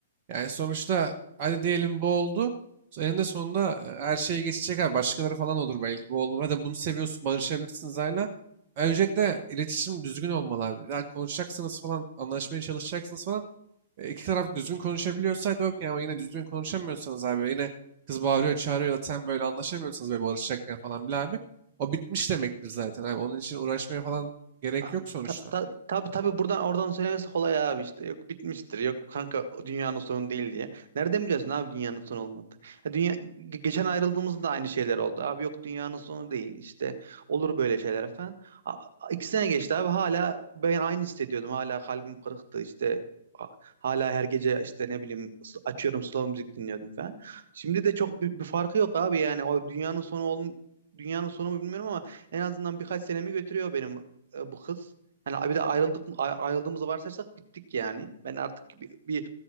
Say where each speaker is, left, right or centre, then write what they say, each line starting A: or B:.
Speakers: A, on the right; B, on the right.
A: Yani sonuçta hadi diyelim bu oldu. So, Eninde sonunda e, her şey geçecek. Ha, başkaları falan olur belki. Bu olur. Hadi bunu seviyorsun. Barışabilirsiniz hala. Öncelikle iletişim düzgün olmalı abi. Ya konuşacaksınız falan. Anlaşmaya çalışacaksınız falan. E, iki taraf düzgün konuşabiliyorsaydı okey ama yine düzgün konuşamıyorsanız abi. Yine kız bağırıyor çağırıyor ya da zaten böyle anlaşamıyorsanız böyle barışacakken falan bile abi. O bitmiş demektir zaten abi. Onun için uğraşmaya falan gerek
B: A-
A: yok sonuçta.
B: Ta, ta, tabii tabii buradan oradan söylemesi kolay abi işte. Yok bitmiştir. Yok kanka o dünyanın sonu değil diye. Nereden biliyorsun abi dünyanın sonu olmadı? Ha, dünya ge- geçen ayrıldığımızda da aynı şeyler oldu. Abi yok dünyanın sonu değil işte. Olur böyle şeyler falan. A, a- iki sene geçti abi hala ben aynı hissediyordum. Hala kalbim kırıktı işte. A- Hala her gece işte ne bileyim s- açıyorum slow müzik dinliyordum falan. Şimdi de çok bir, bir farkı yok abi yani o dünyanın sonu ol, dünyanın sonu mu bilmiyorum ama en azından birkaç senemi götürüyor benim e, bu kız. Hani bir de ayrıldık mı- ay- ayrıldığımızı varsayarsak bittik yani. Ben artık bir, bir,